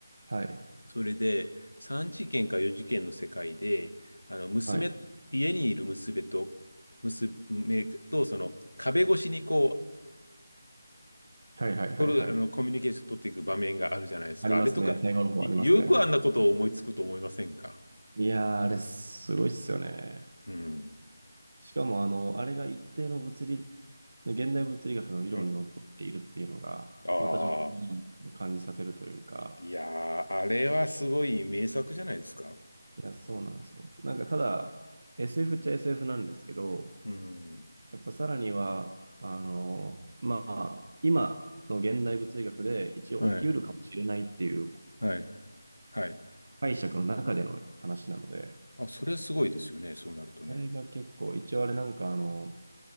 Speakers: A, on the right (about 40°); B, on the left (about 70°).
A: はい。
B: それで、3次元か4次元の世界で、あの、娘、
A: はい。
B: 家にいる娘と、娘と、その、壁越しにこう、
A: はいはいはいはい。
B: 取る、あの、コミュニケーション取っていく場面があるじゃないですか。
A: ありますね。
B: あれとか、
A: 最後の方ありますね。
B: いよくあんなことを思いつくと思いませんか
A: いやー、あれすごいっすよね。
B: うん。
A: しかもあの、あれが一定の物理、現代物理学の理論にのっとっているっていうのが、
B: うんああ、
A: またちょっと感じさせるというか、
B: いやー、あれはすごい名作じゃないですか。
A: いや、そうなんですよ。なんかただ、SF っちゃ SF なんですけど、
B: うん。
A: やっぱさらには、あの、まあ、今の現代物理学で一応起きうるかもしれないっていう
B: はい、はい、はい。
A: 解釈の中での話なので、
B: あ、それはすごいですよね、そうなるとね。
A: これが結構、一応あれなんかあの、